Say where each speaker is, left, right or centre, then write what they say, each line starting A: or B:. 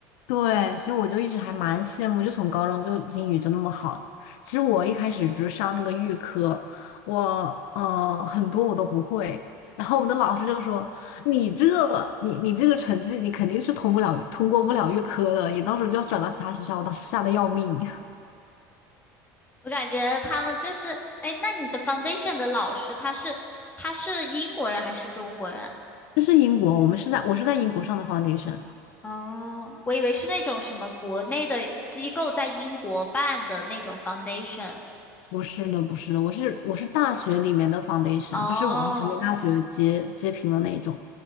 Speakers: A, on the left (about 75°); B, on the left (about 20°).
A: 对，所以我就一直还蛮羡慕，就从高中就英语就那么好的。其实我一开始只是上那个预科，我呃很多我都不会。然后我们的老师就说：“你这你你这个成绩，你肯定是通不了通过不了预科的，你到时候就要转到其他学校。”我当时吓得要命。
B: 我感觉他们就是，哎，那你的 foundation 的老师他是他是英国人还是中国人啊
A: <laughs> 这是英国，我们是在我是在英国上的 foundation，
B: 哦，我以为是那种什么国内的机构在英国办的那种 foundation。
A: 不是的，不是的，我是我是大学里面的 foundation，
B: 哦，
A: 就是完全跟大学截截平的那种。